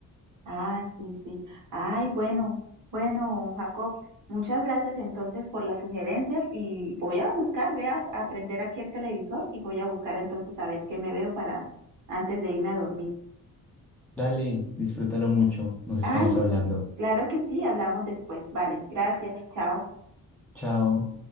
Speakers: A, on the right; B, in the centre.
A: Ah, sí, sí. Ay, bueno, bueno, Jacob, muchas gracias entonces por las sugerencias y voy a buscar, voy a a prender aquí el televisor y voy a buscar entonces a ver qué me veo para antes de irme a dormir.
B: Dale, disfrútalo mucho. Nos
A: Ay,
B: estamos hablando.
A: claro que sí, hablamos después. Vale, gracias, chao.
B: Chao.